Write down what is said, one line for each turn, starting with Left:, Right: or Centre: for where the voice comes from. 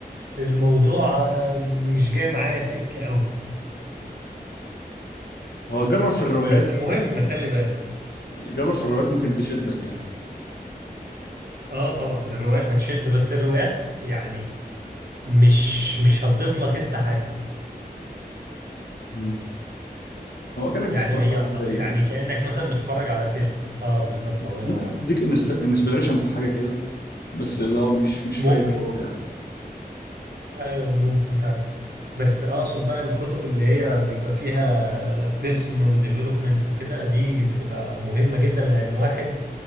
Right: الموضوع آه، مش جاي معايا سكه قوي
Left: هو جرب في الروايات
Right: بس مهم خلي بالك
Left: جرب في الروايات ممكن تشدك يعني
Right: اه طبعا الروايات هتشد بس الروايات يعني مش مش هتضيف لك انت حاجه
Left: مم. هو كأنك
Right: يعني
Left: بتتفرج
Right: هي
Left: على فيلم
Right: يعني كأنك مثلا بتتفرج على فيلم اه بالظبط الله
Left: ممكن
Right: ينور عليك
Left: تديك انسبيريشن في حاجة كده بس اللي هو مش مش
Right: ممكن
Left: فايدة واو يعني
Right: ايوه ممكن فعلا بس اقصد بقى الكتب اللي هي بيبقى فيها بيرسونال ديفلوبمنت وكده دي بتبقى مهمة جدا لان واحد